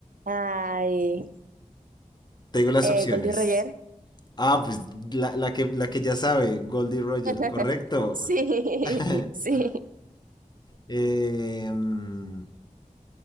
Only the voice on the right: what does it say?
Ay,
eh,
Goldie Roger.
<laughs>
Sí,
sí.